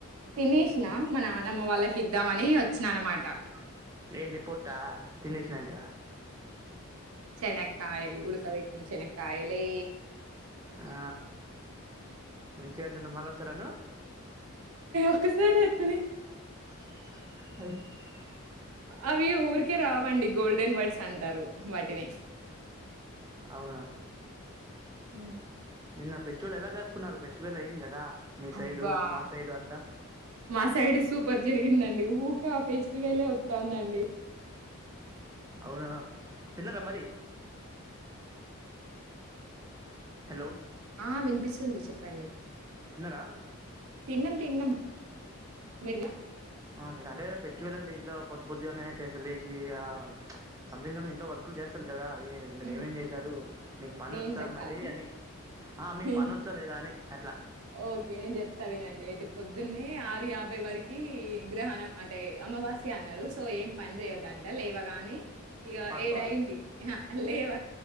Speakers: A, on the right; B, on the right.
A: తినేసిన
B: తినేశ్నా మా నాన్నమ్మ
A: వాళ్ళకి ఇద్దామని
B: వాళ్ళకిద్దామని
A: వచ్చిన అనమాట
B: వచ్చినన్నమాట. ఏంటి పొట్టా తినేశినంక.
A: చెనక్కాయలు ఉడుకవెట్టిన చెనక్కాయలే.
B: ఆ మంచిగంటున్నవ్ మల్లొసరను. వద్దులే
A: ఒకసారి
B: వద్దు
A: వస్తుంది
B: <unintelligible>
A: అవీ ఊరికే రావండి గోల్డెన్ వర్డ్స్ అంటారు వాటిని.
B: అవునా.
A: ఉ
B: నిన్న ఫెస్టివల్ ఎలా జరుపుకున్నారు ఫెస్టివల్ అయింది కదా మీ సైడూ
A: అబ్బా
B: మా సైడు అంతా.
A: మా సైడ్ సూపర్ జరిగిందండి ఊకా ఫేస్టివేలే ఒస్తందండి.
B: అవునా తిన్నర మరి. హలో.
A: ఆ వినిపిస్తుంది చెప్పండి.
B: తిన్నారా
A: తిన్నం తిన్నం మీరుద
B: అంతే అంటే ఫెస్టివల్ అంటే ఇంట్లో పొద్దు పొద్దుగాల్నే చేస్త లేసీ ఆ సంథింగ్ మీరు ఇంట్లో వర్కులు చేస్తరు కదా మీరు
A: హ్మ్.
B: ఏమేం చేశారు మీకు పని
A: నేను
B: ఒచ్చా
A: జెప్పాలా?
B: మరీ అని. ఆ మీకు
A: నేను
B: పని వచ్చా లేదా అని అట్లా
A: ఓకే నేను చెప్తా వినండి అయితే పొద్దున్నే ఆరు యాభై వరకి గ్రహణం అంటే అమావాస్య అన్నారు సో ఏం పని చేయొద్దాని అంటే లేవగాని ఇక
B: పాడుకోవాలి
A: ఏడయింది లేవ